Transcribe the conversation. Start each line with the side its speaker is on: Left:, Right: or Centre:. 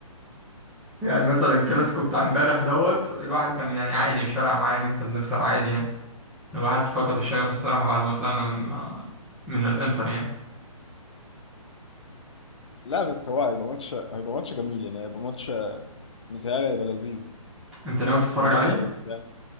Centre: يعني مثلا الكلاسيكو بتاع امبارح دوت الواحد كان يعني عادي مش فارقة معايا نكسب نخسر عادي يعني الواحد فقد الشغف الصراحة بعد ما طلعنا من من الانتر يعني
Left: لا بس هو هيبقى ماتش هيبقى ماتش جميل يعني هيبقى ماتش متهيألي هيبقى لذيذ
Centre: انت ناوي تتفرج
Left: ونهائي
Centre: عليه
Left: وبتاع